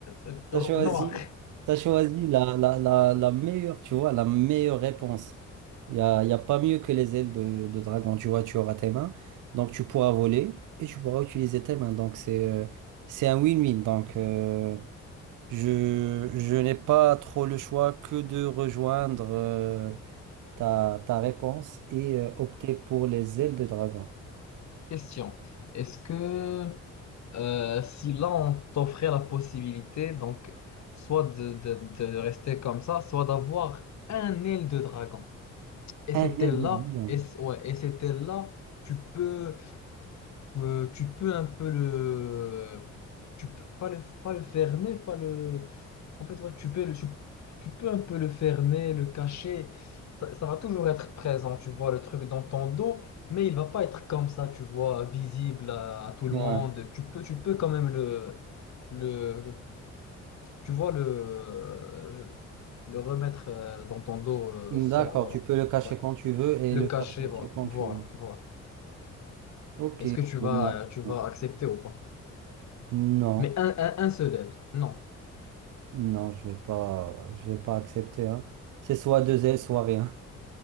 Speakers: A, on the left; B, on the right.
A: euh,
B: T'as
A: euh,
B: choisi,
A: noir.
B: t'as choisi la, la, la, la meilleure, tu vois, la meilleure réponse. Il n'y a, y a pas mieux que les ailes de, de dragon, tu vois, tu auras tes mains. Donc tu pourras voler et tu pourras utiliser tes mains. Donc c'est euh, c'est un win-win. Donc euh, je, je n'ai pas trop le choix que de rejoindre euh, ta, ta réponse et euh, opter pour les ailes de dragon.
A: Question. Est-ce que euh, si là on t'offrait la possibilité, donc soit de, de- de rester comme ça, soit d'avoir un aile de dragon. Et
B: Un
A: cette
B: aile
A: aile-là,
B: de dragon.
A: et, c- ouais, et cette aile-là, tu peux, euh, tu peux un peu le, tu peux pas le, pas le fermer, pas le, En fait, ouais, tu peux, le- tu, tu peux un peu le fermer, le cacher. Ça, ça va toujours être présent, tu vois, le truc dans ton dos, mais il va pas être comme ça, tu vois, visible à, à tout le
B: Ouais.
A: monde. Tu peux, tu peux quand même le, le, tu vois, le, le remettre euh, dans ton dos euh,
B: D'accord,
A: sans, voilà.
B: tu peux le cacher
A: Ouais.
B: quand tu veux et
A: Le
B: le
A: cacher,
B: faire sortir
A: voilà,
B: quand
A: voilà,
B: tu veux.
A: voilà.
B: Ok,
A: Est-ce que tu
B: bon,
A: vas,
B: non,
A: euh, tu vas
B: non,
A: accepter ou pas?
B: non,
A: Mais un, un, un seul aile, non.
B: non, je vais pas, je vais pas accepter, hein. C'est soit deux ailes, soit rien.